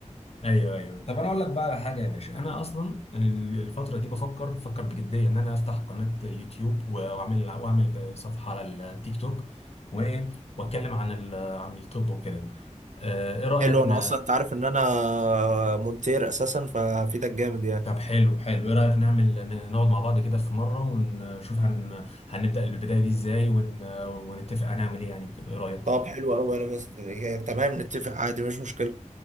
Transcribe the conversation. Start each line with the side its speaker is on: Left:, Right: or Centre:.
Left: ايوه ايوه طب انا اقول لك بقى على حاجه يا باشا انا اصلا الفتره دي بفكر بفكر بجديه ان انا افتح قناه يوتيوب واعمل واعمل صفحه على التيك توك وايه واتكلم عن ال- عن الطب وكده آه، ايه رايك
Right: حلو انا
Left: ن...
Right: اصلا انت عارف ان انا مونتير اساسا فهفيدك جامد يعني
Left: طب حلو حلو ايه رايك نعمل ن- نقعد مع بعض كده في مره ونشوف هن... هنبدا البدايه دي ازاي ون... ونتفق هنعمل ايه يعني وكده ايه رايك
Right: طب حلو قوي انا بس يعني تمام نتفق عادي مش مشكله